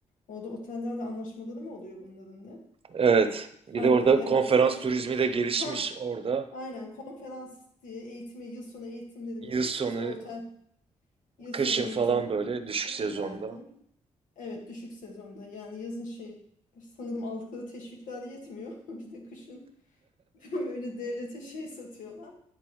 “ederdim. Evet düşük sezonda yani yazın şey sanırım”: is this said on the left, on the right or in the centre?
Left